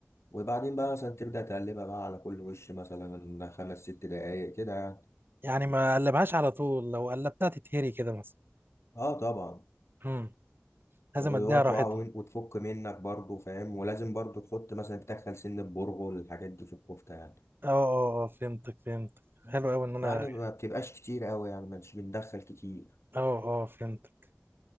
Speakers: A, on the left; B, on the right.
A: وبعدين بقى مثلا تبدأ تقلبها بقى على كل وش مثلا خمس ست دقايق كده يعني
B: يعني ما قلبهاش على طول لو قلبتها تتهري كده مثلا
A: اه طبعا
B: مم. لازم
A: اللي
B: اديها
A: هو
B: راحتها
A: تقع وين- وتفك منك برضه فاهم ولازم برضه تحط مثلا تدخل سن البرغل الحاجات دي في الكفتة يعني
B: اه اه اه فهمتك فهمتك حلو قوي ان انا
A: ويعني ما بتبقاش كتير قوي يعني مش بندخل كتير
B: اه اه فهمتك